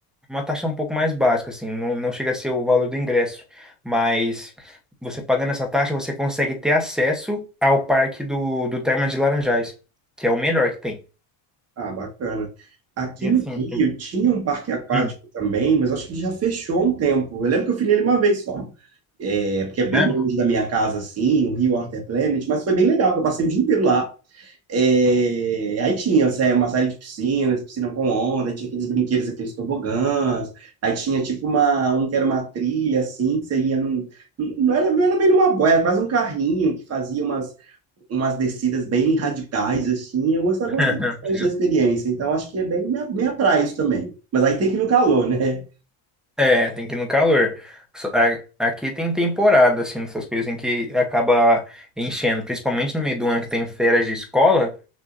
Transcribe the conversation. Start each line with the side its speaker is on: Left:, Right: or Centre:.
Centre: uma taxa um pouco mais básica assim, não, não chega a ser o valor do ingresso, mas você pagando essa taxa, você consegue ter acesso ao parque do do Termas de Laranjais, que é o melhor que tem.
Right: Ah, bacana. Aqui
Centre: E
Right: no
Centre: assim,
Right: Rio tinha um parque aquático
Centre: hum,
Right: também, mas acho que ele já fechou um tempo. Eu lembro que eu fui nele uma vez só. É, porque é bem
Centre: né?
Right: longe da minha casa, assim, o Rio Water Planet, mas foi bem legal, que eu passei o dia inteiro lá. É, aí tinha sé- uma série de piscinas, piscina com onda, aí tinha aqueles brinquedos, aqueles tobogãs, aí tinha tipo uma, um que era uma trilha assim, que você ia num, não era, não era bem numa boia, era quase um carrinho que fazia umas, umas descidas bem radicais assim, eu gostei,
Centre: <laughs>
Right: gostei bastante
Centre: Obrigado.
Right: da experiência, então acho que é bem minha, minha praia isso também, mas aí tem que ir no calor, né?
Centre: É, tem que ir no calor. Só- a- Aqui tem temporada, assim, nessas coisas em que acaba enchendo, principalmente no meio do ano que tem férias de escola.